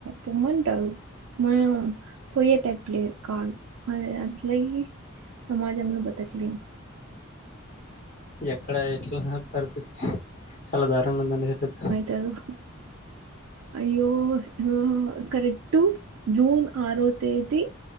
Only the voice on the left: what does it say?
ఎక్కడా ఎట్లా పరిస్థితి. చాలా దారుణంగ ఉందండి <unintelligible>